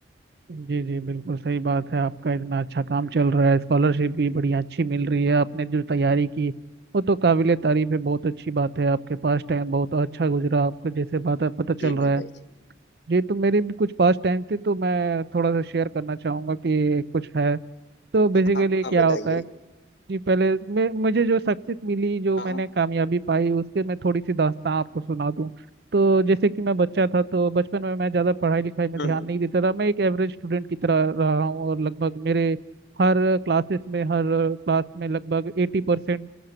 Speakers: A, on the right; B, on the left.
A: जी जी जी बिल्कुल सही बात है आपका इतना अच्छा काम चल रहा है स्कॉलरशिप भी बड़ी अच्छी मिल रही है आपने जो तैयारी की वो तो काबिले तारीफ है बहुत अच्छी बात है आपके पास टाइम बहुत अच्छा गुजरा आपको जैसे बात है पता चल
B: जी मेरे
A: रहा है
B: भाई जी
A: जी तो मेरे भी कुछ पास टाइम थे तो मैं थोड़ा सा शेयर करना चाहूँगा कि कुछ है तो बेसिकली
B: हाँ हाँ,
A: क्या
B: बताइए
A: होता है जी पहले मैं मुझे जो सक्सेस मिली जो
B: हाँ
A: मैंने
B: हाँ,
A: कामयाबी पाई उसके मैं थोड़ी सी दास्तां आपको सुना दूं तो जैसे कि मैं बच्चा था तो बचपन में मैं ज़्यादा पढ़ाई लिखाई में
B: हम्म
A: ध्यान नहीं देता था मैं एक एवरेज स्टूडेंट की तरह रहा हूँ और लगभग मेरे हर क्लासेस में हर क्लास में लगभग एटी परसेंट